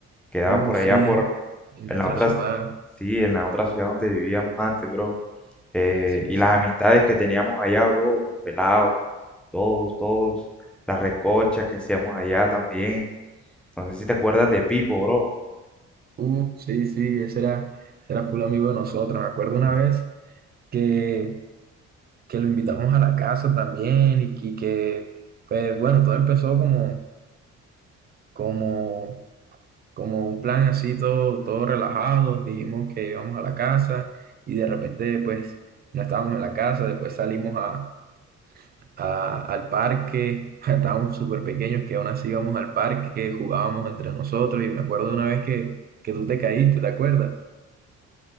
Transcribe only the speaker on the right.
Uh,
sí,
en
nuestra
ciudad.
Sí,
sí.
Uh, sí, sí, ese era, ese era full amigo de nosotros. Me acuerdo una vez que, que lo invitamos a la casa también y, que, que, pues bueno, todo empezó como, como, como un plan así, todo, todo relajado. Dijimos que íbamos a la casa y de repente pues no estábamos en la casa, después salimos a a- al parque, <laughs> estábamos súper pequeños que aún así íbamos al parque, jugábamos entre nosotros y me acuerdo de una vez que, que tú te caíste, ¿te acuerdas?